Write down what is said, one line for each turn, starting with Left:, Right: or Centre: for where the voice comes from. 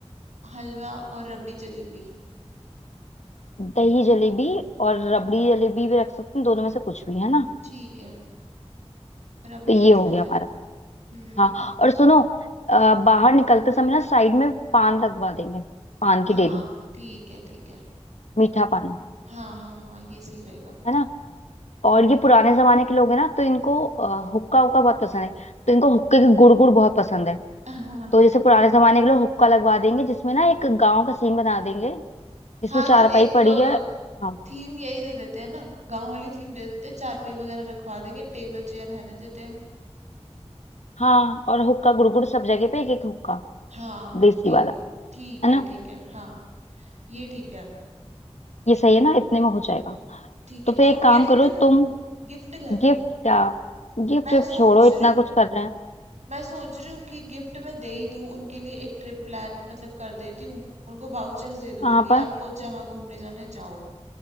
Right: हलवा और रबड़ी जलेबी
Left: दही जलेबी और रबड़ी जलेबी भी रख सकते हैं दोनों में से कुछ भी है ना
Right: ठीक है रबड़ी
Left: तो
Right: रख
Left: ये हो
Right: लेते
Left: गया
Right: हैं
Left: हमारा
Right: हम्म
Left: हाँ और सुनो अ, बाहर निकलते समय ना साइड में पान लगवा देंगे पान की
Right: हाँ
Left: डेली
Right: ठीक है ठीक है
Left: मीठा पान
Right: हाँ हाँ हाँ ये सही रहेगा
Left: है ना और ये पुराने जमाने के लोग हैं ना तो इनको अ, हुक्का हुक्का बहुत पसंद है तो इनको हुक्के की गुड़ गुड़ बहुत पसंद है
Right: <laughs> हाँ
Left: तो जैसे पुराने जमाने के लोग हुक्का लगवा देंगे जिसमें ना एक गांव का सीन बना देंगे जिसमें
Right: हाँ
Left: चारपाई
Right: तो एक
Left: पड़ी है हाँ
Right: थीम यही दे देते हैं ना गांव वाली थीम दे देते हैं चारपाई वगैरह रखवा देंगे टेबल चेयर रहने देते हैं
Left: हाँ और हुक्का गुड़ गुड़ सब जगह पे एक एक हुक्का
Right: हाँ
Left: देसी
Right: ठीक
Left: वाला
Right: ठीक
Left: है
Right: है
Left: ना
Right: ठीक है हाँ ये ठीक है
Left: ये सही है ना इतने में हो जाएगा
Right: ठीक
Left: तो
Right: है
Left: फिर एक
Right: और
Left: काम
Right: गिफ्ट
Left: करो तुम
Right: गिफ्ट क्या
Left: गिफ्ट
Right: दे
Left: क्या गिफ्ट
Right: मैं
Left: विफ्ट
Right: सोच
Left: छोड़ो इतना
Right: रही हूँ
Left: कुछ कर रहे हैं
Right: मैं सोच रही हूँ कि गिफ्ट में दे ही दूँ उनके लिए एक ट्रिप प्लान मतलब कर देती हूँ उनको वाउचर्स दे दूंगी
Left: कहाँ
Right: कि
Left: पर
Right: आपको जहाँ घूमने जाना है जाओ